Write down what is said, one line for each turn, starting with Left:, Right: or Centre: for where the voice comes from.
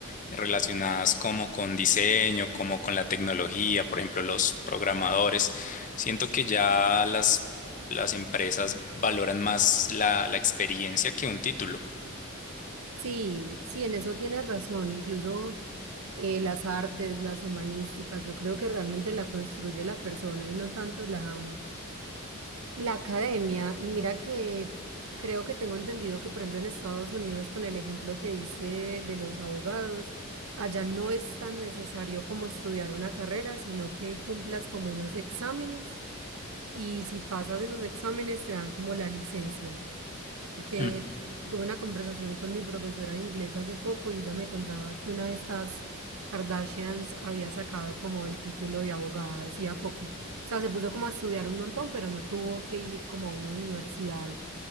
Left: relacionadas como con diseño, como con la tecnología, por ejemplo, los programadores. Siento que ya las, las empresas valoran más la, la experiencia que un título.
Right: Sí, sí, en eso tienes razón. Incluso eh, las artes, las humanísticas, yo creo que realmente la construye la persona y no tanto la, mm, la academia. Y mira que creo que tengo entendido que, por ejemplo, en Estados Unidos, con el ejemplo que dice de los abogados, allá no es tan necesario como estudiar una carrera, sino que cumplas como unos exámenes y si pasas esos exámenes te dan como la licencia porque
Left: Mm,
Right: tuve una conversación con mi profesora de inglés hace poco y ella me contaba que una de estas Kardashians había sacado como el título de abogada hacía poco. O sea, se puso como a estudiar un montón, pero no tuvo que ir como a una universidad